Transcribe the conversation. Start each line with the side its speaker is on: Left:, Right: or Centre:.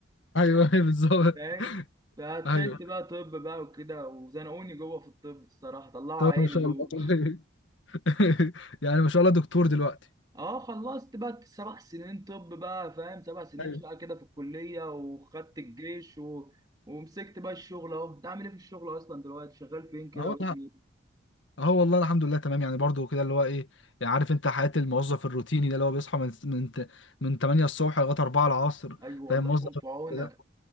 Left: ايوه <laughs> بالظبط
Right: فاهم فدخلت
Left: ايوه
Right: بقى طب بقى وكده وزنقوني جوه في الطب الصراحه طلعوا
Left: طب
Right: عيني
Left: ما شاء
Right: جوه
Left: الله <laughs> يعني ما شاء الله دكتور دلوقتي
Right: اه خلصت بقى سبع سنين طب بقى فاهم سبع سنين
Left: ايوه
Right: شقه كده في الكليه وخدت الجيش و... ومسكت بقى الشغل اهو انت عامل ايه في الشغل اصلا دلوقتي شغال فين كده
Left: اه
Right: وايه دنيتك
Left: اه والله الحمد لله تمام يعني برضو كده اللي هو ايه يعني عارف انت حياة الموظف الروتيني ده اللي هو بيصحى من من من 8 الصبح لغاية 4 العصر
Right: ايوه والله
Left: فاهم موظف
Right: يكون في عونك
Left: ده